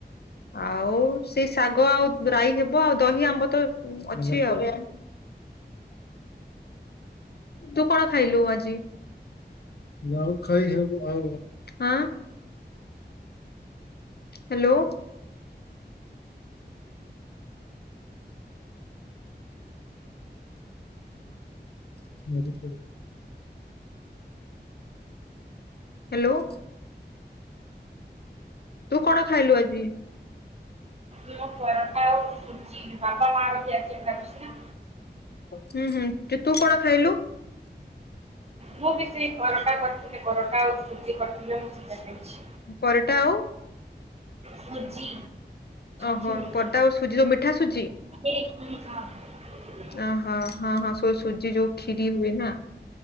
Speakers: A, on the left; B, on the right.
A: ଆଉ ସେ ଶାଗ ଆଉ ରାଇ ହେବ, ଦହି ଆମ୍ବ ତ ଅଛି ଆଉ <unintelligible> ତୁ କଣ ଖାଇଲୁ ଆଜି <unintelligible> ଆଁ? ହ୍ୟାଲୋ। <unintelligible> ହ୍ୟାଲୋ। ତୁ କଣ ଖାଇଲୁ ଆଜି?
B: ମୁଁ ପରଟା ଆଉ ସୁଜି ବାପା ମା ର ବି ଆଜି ଏକାଦଶୀ ନା।
A: ହୁଁ ହୁଁ ତୁ କଣ ଖାଇଲୁ?
B: ମୁଁ ବି ସେଇ ପରଟା କରିଥିଲେ ପରଟା ଆଉ ସୁଜିି କରିଥିଲେ ମୁଁ ଖାଇଦେଇଛି।
A: ପରଟା ଆଉ?
B: ସୁଜି।
A: ଓହୋ
B: ହଁ
A: ପରଟା ଆଉ ସୁଜି ଯୋଉ ମିଠା ସୁଜି?
B: <unintelligible>
A: ଅହୋ। ହଁ ହଁ ସୁଜି ଯୋଉଁ ଖିରୀ ହୁଏ ନା?